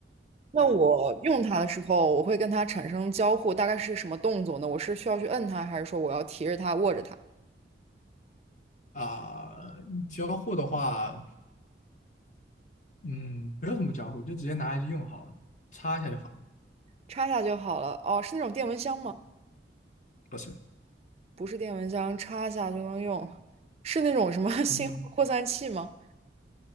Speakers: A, on the right; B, on the left.
A: 那我用它的时候，我会跟它产生交互，大概是什么动作呢？我是需要去摁它，还是说我要提着它、握着它，
B: 啊、交互的话，嗯，不用怎么交互，就直接拿来就用好了，插一下就好了。
A: 插下就好了？哦，是那种电蚊香吗？
B: 不是，
A: 不是电蚊香，插下就能用，是那种什么 <laughs> 信号扩散器吗？
B: 嗯，